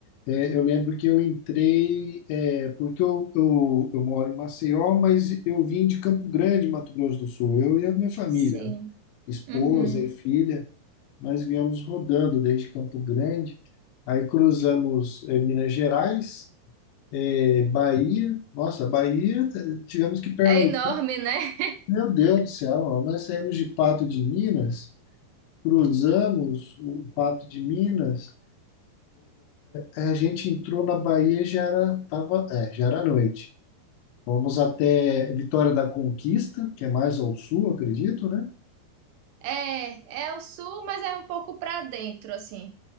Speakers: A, on the left; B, on the right.
A: É, eu lembro que eu entrei, é, porque eu, eu, eu moro em Maceió, mas eu vim de Campo Grande, Mato Grosso do Sul, eu e a minha família,
B: Sim.
A: né? Esposa
B: Uhum.
A: e Uhum. filha, nós viemos rodando desde Campo Grande, aí cruzamos, é, Minas Gerais, é, Bahia, nossa, Bahia, eh, tivemos que pernoitar,
B: É enorme, né?
A: meu Deus do céu, nós saímos de Pato de Minas, cruzamos o Pato de Minas, a gente entrou na Bahia, já era, tava, é, já era noite. Fomos até Vitória da Conquista, que é mais ao sul, acredito, né?
B: É, é o sul, mas é um pouco pra dentro, assim.